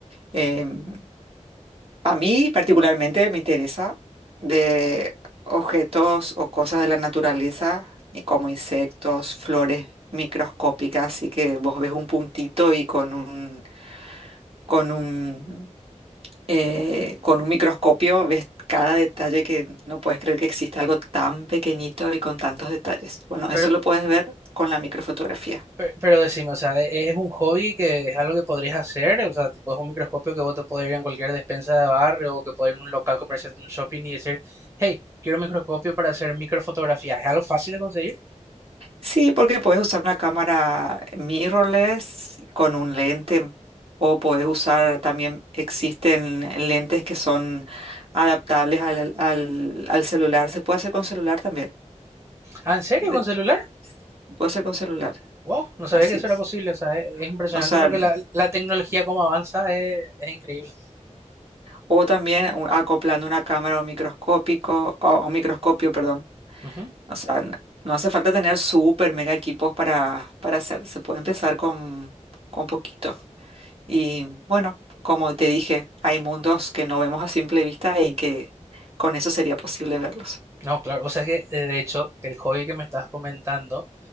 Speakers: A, on the right; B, on the right.
A: Em, a mí particularmente me interesa de objetos o cosas de la naturaleza, y como insectos, flores microscópicas, así que vos ves un puntito y con un, con un eh, con un microscopio ves cada detalle que no puedes creer que existe algo tan pequeñito y con tantos detalles. Bueno, eso
B: Pero,
A: lo puedes ver con la microfotografía.
B: pero, pero decime, o sea, ¿e- e, ¿es un hobby que es algo que podrías hacer? O sea, tipo, es un microscopio que vos te podés ir en cualquier despensa de barrio o que podés ir en un local comercial de un shopping y decir, hey, quiero un microscopio para hacer microfotografía. ¿Es algo fácil de conseguir?
A: Sí, porque puedes usar una cámara mirrorless con un lente o puedes usar también, existen lentes que son adaptables al, al, al celular. Se puede hacer con celular también.
B: ¿Ah, en serio?
A: De-
B: ¿Con celular?
A: Puede ser con celular,
B: Wow, no sabía
A: así
B: que eso
A: es.
B: era posible. O sea, e- es, impresionante
A: O sea,
B: lo que la, la tecnología como avanza, es, es increíble.
A: O también u- acoplando una cámara o microscópico, o, o microscopio, perdón.
B: Ujú.
A: O sea, n- no hace falta tener súper mega equipos para, para hacer. Se puede empezar con, con poquito. Y bueno, como te dije, hay mundos que no vemos a simple vista y que con eso sería posible verlos.
B: No, claro, o sea que eh, de hecho que el hobby que me estás comentando,